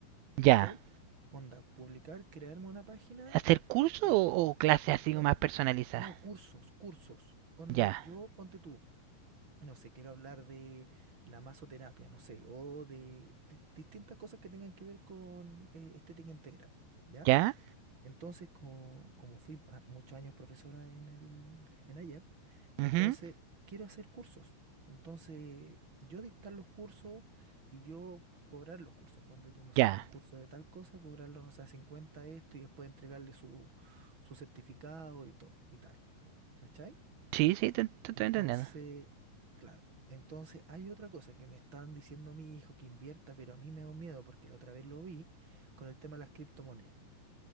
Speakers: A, on the right (about 30°); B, on the right (about 80°).
A: ¿cachai?
B: ¿Ya?
A: Onda, publicar, crearme una página.
B: ¿Hacer curso
A: eh,
B: o, o clase así
A: no,
B: más personalizada?
A: no, cursos, cursos. Onda,
B: ¿Ya?
A: yo ponte tú. no sé, quiero hablar de la masoterapia, no sé, o de di- distintas cosas que tengan que ver con eh, estética integral, ¿ya?
B: ¿Ya?
A: Entonces, co- como fui a- muchos años profesora en el, en IAP,
B: Ujú,
A: entonces quiero hacer cursos. Entonces, yo dictar los cursos y yo cobrar los cursos. Ponte tú, no sé,
B: ¿Ya?
A: un curso de tal cosa, cobrarlo, no sé, a 50 esto y después entregarle su, su certificado y todo, y tal. ¿Cachai?
B: Sí, sí, te, te estoy
A: Entonces,
B: entendiendo.
A: claro. Entonces, hay otra cosa que me están diciendo mi hijo que invierta, pero a mí me da un miedo porque la otra vez lo vi con el tema de las criptomonedas.